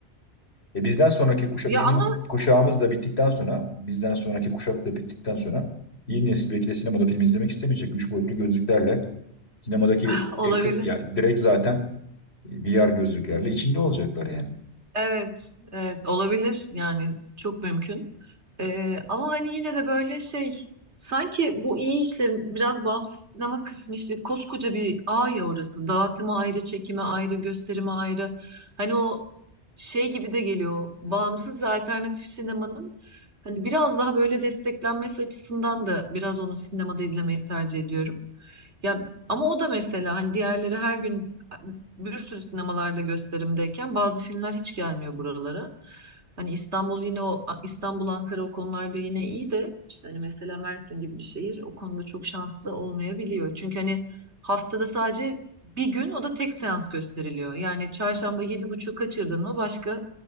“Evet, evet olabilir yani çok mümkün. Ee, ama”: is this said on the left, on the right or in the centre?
Right